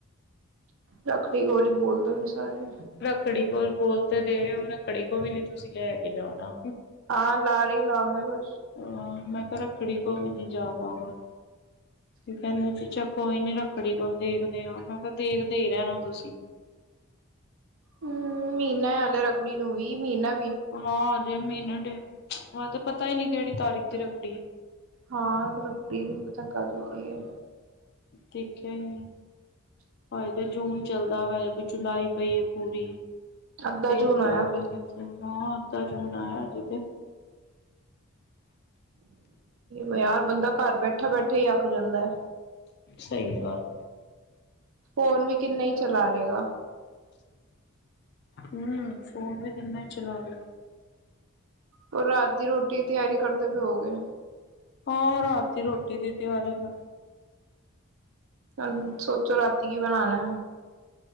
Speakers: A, on the right (about 65°); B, on the left (about 50°).
A: ਰੱਖੜੀ ਕੋਲ ਈ ਬੋਲਦੋ ਫਿਰ ਸਾਰੇ।
B: ਰਖੜੀ ਕੋਲ ਬੋਲ ਤੇ ਰੇ ਓ ਰਖੜੀ ਕੋਲ ਵੀ ਨੀ ਤੁਸੀਂ ਲੈ ਕੇ ਜਾਣਾ।
A: ਆ ਲਾਰੇ ਈ ਲਾਨੇ ਬਸ
B: ਆ ਮੈਂ ਕੇਆ ਰੱਖੜੀ ਕੋਲ ਵੀ ਨੀ ਜਾ ਪਾਵਾ ਤੇ ਕੈੰਦੇ ਚ ਚਾ ਕੋਈ ਨੀ ਰੱਖੜੀ ਕੋਲ ਦੇਖਦੇ ਆ ਮੈਂ ਕੇਆ ਦੇਖਦੇ ਈ ਰੈਣਾ ਤੁਸੀਂ।
A: ਹੂੰ ਮੀਨਾ ਏ ਹੱਲੇ ਰੱਖੜੀ ਨੂੰ ਵੀ ਮੀਨਾ
B: ਹਾਂ ਹਜੇ ਮੀਨਾ ਡੇਠ ਹਜੇ ਤੇ ਪਤਾ ਈ ਨੀ ਕੇੜੀ ਤਾਰੀਕ ਦੀ ਰੱਖੜੀ ਏ
A: ਹਾਂ ਰੱਖ਼ੜੀ ਵੀ ਪੁੱਛਾਂ ਕਦੋਂ ਦੀ ਏਂ।
B: ਦੇਖਿਆਂ ਈ ਨੀਂ ਹਏ ਤੇ। ਜੂਨ ਚੱਲਦਾ ਪਤਾ ਹਜੇ ਫਿਰ ਜੁਲਾਈ ਪਈ ਏ ਪੂਰੀ
A: ਅੱਧਾ
B: ਫ਼ਿਰ
A: ਜੂਨ ਹੋਇਆ
B: ਜਾ ਕੇ ਹਾਂ ਅੱਧਾ ਜੂਨ ਆਯਾ ਹਜੇ ਤੇ।
A: ਓ ਯਾਰ ਬੰਦਾਂ ਘਰ ਬੈਠਾਂ-ਬੈਠਾਂ ਈ ਅੱਕ ਜਾਂਦਾਂ ਐ।
B: ਸਈ ਗੱਲ ਏ।
A: ਫ਼ੋਨ ਵੀ ਕਿੰਨਾਂ ਈ ਚੱਲਾ ਲੇਗਾ।
B: ਹੂੰ ਫ਼ੋਨ ਵੀ ਕਿੰਨਾਂ ਈ ਚਲਾ ਲੇਗਾ।
A: ਹੋਰ ਰਾਤ ਦੀ ਰੋਟੀ ਤਿਆਰੀ ਕਰਦੇਂ ਪੇ ਹੋਗੇ।
B: ਹਾਂ ਰਾਤ ਦੀ ਰੋਟੀ ਦੀ ਤਿਆਰੀ ਕਰਨ
A: ਚੱਲ ਹੁਣ ਸੋਚੋਂ ਰਾਤੀਂ ਕੀ ਬਨਾਣਾ।